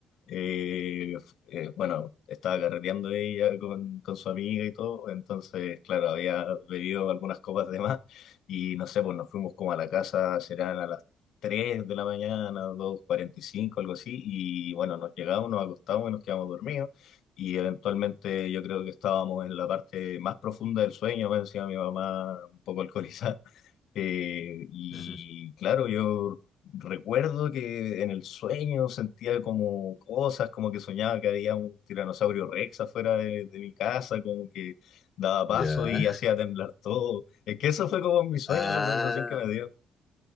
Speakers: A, on the left; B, on the left.
A: Eh, eh, bueno, estaba carreteando ella con, con su amiga y todo, entonces, claro, había bebido algunas copas de más y no sé, pues nos fuimos como a la casa, serán a las 3 de la mañana, dos cuarenta y cinco, algo así, y bueno, nos llegamos, nos acostamos y nos quedamos dormidos y eventualmente yo creo que estábamos en la parte más profunda del sueño, me decía mi mamá un poco alcoholizada. <laughs> Eh, y
B: <laughs>
A: claro, yo Recuerdo que en el sueño sentía como cosas, como que soñaba que había un tiranosaurio Rex afuera de, de mi casa, como que daba paso
B: Ya.
A: y hacía temblar todo. Es que eso fue como en mi sueño
B: Ah,
A: la sensación que me dio.